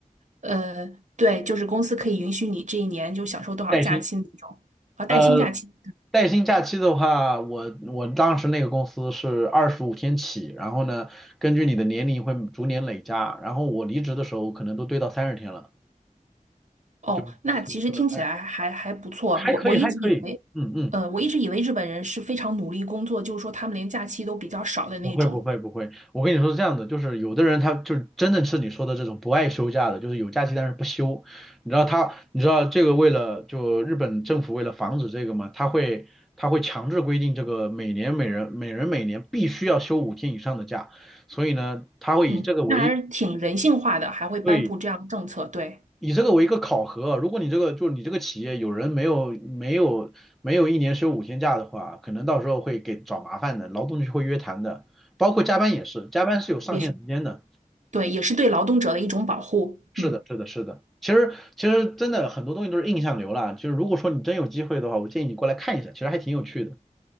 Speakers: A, on the right; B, in the centre.
A: 呃，对，就是公司可以允许你这一年就享受多少假期那种，
B: 带薪，
A: 啊，带薪假期。
B: 呃，带薪假期的话，我我当时那个公司是二十五天起，然后呢，根据你的年龄会逐年累加，然后我离职的时候可能都堆到三十天了，
A: 哦，
B: 就也可以获得三十，
A: 那其实听起来还还不错啊。
B: 还可以还可以，
A: 我我一直以为，
B: 嗯嗯，
A: 呃，我一直以为日本人是非常努力工作，就是说他们连假期都比较少的那种。
B: 不会不会不会，我跟你说是这样的，就是有的人他就是真的是你说的这种不爱休假的，就是有假期但是不休。你知道他，你知道这个为了就日本政府为了防止这个嘛，他会他会强制规定这个每年每人每人每年必须要休五天以上的假，所以呢，他会以这个为
A: 嗯，那还是挺人性化的，还会颁布这样的政策，
B: 对
A: 对，
B: 以这个为一个考核啊，如果你这个就你这个企业有人没有没有没有一年休五天假的话，可能到时候会给找麻烦的，劳动局会约谈的，包括加班也是，加班是有上限时间的。
A: 也是对，也是对劳动者的一种保护。
B: 是的，
A: 嗯
B: 是的，是的。其实其实真的很多东西都是印象流啦，就是如果说你真有机会的话，我建议你过来看一下，其实还挺有趣的。